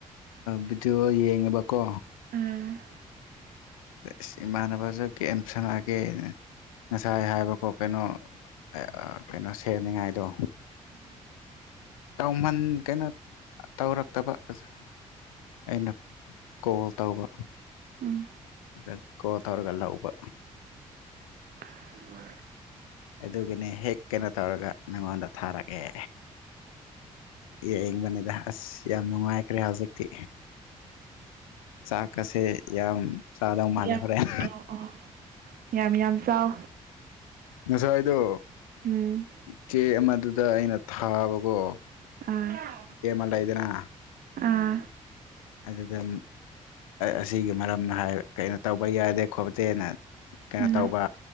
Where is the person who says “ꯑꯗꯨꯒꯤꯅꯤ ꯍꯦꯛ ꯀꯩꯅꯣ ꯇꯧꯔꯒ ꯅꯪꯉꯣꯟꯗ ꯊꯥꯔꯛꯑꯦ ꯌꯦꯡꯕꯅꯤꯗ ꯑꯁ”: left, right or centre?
Left